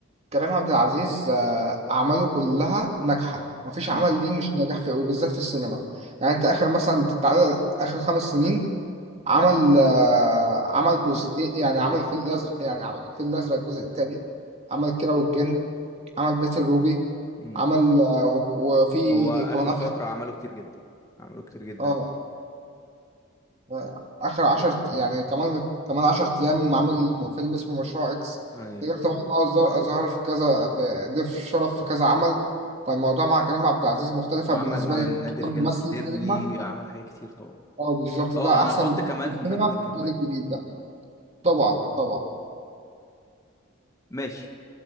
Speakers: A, on the right; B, on the left.
A: كريم عبد العزيز آه، أعماله كلها ناجحة مفيش عمل
B: امم
A: ليه مش ناجح في وبالذات في السينما يعني أنت آخر مثلا تعال آخر خمس سنين عمل آه، عمل جزء يعني عمل في الازرق يعني عمل في الازرق الجزء الثاني عمل كيرة والجن عمل بيت الروبي
B: امم
A: عمل آه، وفي
B: هو اخر
A: كمان اخر
B: فترة عمله كتير جدا عمله كتير جدا
A: اه آه، اخر عشر يعني كمان كمان عشر ايام عامل فيلم اسمه مشروع اكس
B: ايوه
A: غير طبعا إن هو ظهر ظهر في كذا في ضيف شرف في كذا عمل فالموضوع مع كريم عبد العزيز مختلفة
B: وعمل
A: بالنسبة
B: عمل
A: لي
B: نادي
A: أحسن
B: الرجال
A: ممثل
B: السري
A: في السينما
B: عمل حاجات كتير طبعا
A: اه بالظبط
B: اه
A: ده
B: انا
A: أحسن
B: هحط كمان
A: في السينما
B: ماجد
A: في
B: الكدواني
A: الجيل الجديد ده طبعا طبعا
B: ماشي